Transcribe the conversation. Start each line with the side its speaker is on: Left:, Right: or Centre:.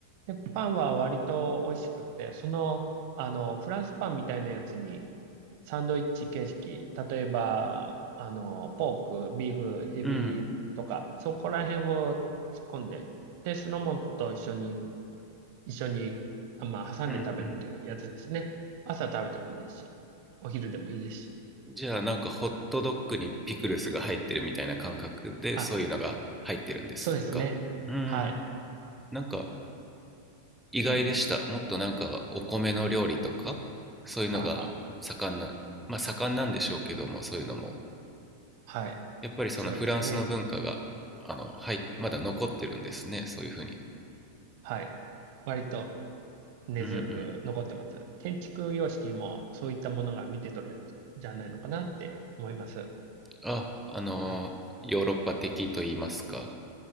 Right: で、パンは割と美味しくって、その、あの、フランスパンみたいなやつにサンドイッチ形式、例えば、あの、ポーク、ビーフ、エビとか、
Centre: うん
Right: そこら辺を突っ込んで、で、酢の物と一緒に、一緒に、あまあ、挟んで食べるっていうやつですね。
Centre: うんうん
Right: 朝食べてもいいですし、お昼でもいいですし。
Centre: じゃあなんかホットドッグにピクルスが入ってるみたいな感覚でそういうのが入ってるんですかうーん。
Right: あ、そうですね。はい。
Centre: なんか意外でした。
Right: うん。
Centre: もっとなんかお米の料理とかそういうのが盛んな、
Right: ああ、
Centre: まあ盛んなんでしょうけどもそういうのも。
Right: はい。
Centre: やっぱりそのフランスの文化があの、
Right: そうですね。
Centre: はい、まだ残ってるんですね。そういうふうに。
Right: はい。割と根強く残ってます。
Centre: うんうん。
Right: 建築様式もそういったものが見て取れるんじゃないのかなって思います。
Centre: あ、あのヨーロッパ的と言いますか。
Right: はい。